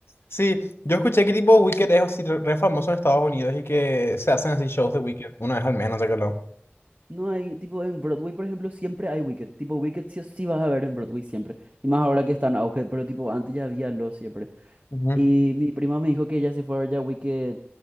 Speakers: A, on the left (about 65°); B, on the right (about 35°).
A: Sí, yo escuché que tipo Wicked es así re re famoso en Estados Unidos y que se hacen así shows
B: Sí.
A: de Wicked una vez al menos, sé que lo.
B: No hay, tipo en Broadway, por ejemplo, siempre hay Wicked. Tipo, Wicked sí o sí vas a ver en Broadway siempre. Y más ahora que está en auge, pero tipo, antes ya había lo siempre.
A: Ujú,
B: Y mi prima me dijo que ella se fue a ver ya Wicked.